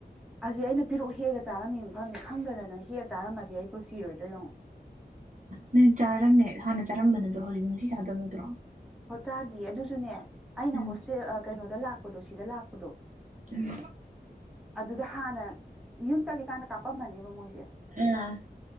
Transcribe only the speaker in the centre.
ꯑꯁꯤ ꯑꯩꯅ ꯄꯤꯔꯨꯛ ꯍꯦꯛꯑ ꯆꯥꯔꯝꯃꯤ ꯐꯪꯉꯦ ꯈꯪꯗꯗꯅ ꯍꯦꯛꯑ ꯆꯥꯔꯝꯃꯗꯤ ꯑꯩꯕꯨ ꯁꯤꯔꯣꯏꯗ꯭ꯔꯣꯏ ꯌꯦꯡꯉꯣ
ꯑꯣ ꯆꯥꯗꯤ ꯑꯗꯨꯁꯨꯅꯦ ꯑꯩꯅ
ꯍꯣꯁꯇꯦꯜ ꯀꯩꯅꯣ ꯗ ꯂꯥꯛꯄꯗꯣ ꯁꯤꯗ ꯂꯥꯛꯄꯗꯣ
ꯑꯗꯨꯗ ꯍꯥꯟꯅ ꯌꯨꯝ ꯆꯠꯂꯤꯀꯥꯟꯗ ꯀꯥꯞꯄꯝꯃꯅꯦꯕ ꯃꯣꯏꯁꯦ